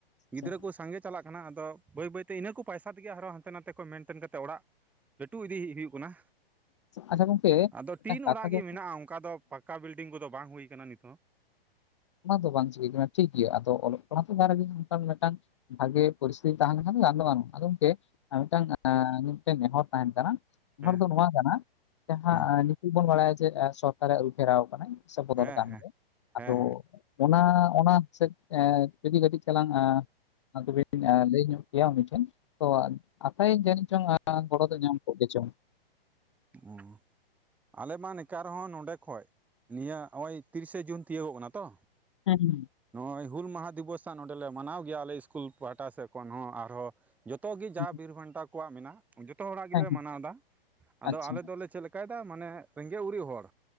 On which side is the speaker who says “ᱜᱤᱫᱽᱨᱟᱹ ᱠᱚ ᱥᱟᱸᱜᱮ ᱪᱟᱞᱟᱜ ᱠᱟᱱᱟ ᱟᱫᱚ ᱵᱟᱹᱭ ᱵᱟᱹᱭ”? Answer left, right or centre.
Centre